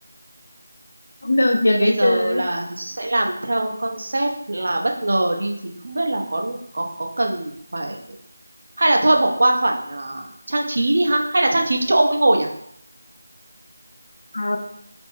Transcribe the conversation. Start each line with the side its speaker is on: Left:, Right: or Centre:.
Left: cũng được giờ
Right: Thì
Left: nghỉ
Right: bây giờ
Left: trưa đấy
Right: là sẽ làm theo concept là bất ngờ đi thì không biết là có có có cần phải hay là thôi bỏ qua khoản ờ, trang trí đi ha hay là trang trí chỗ ông ấy ngồi nhỉ
Left: Ờ,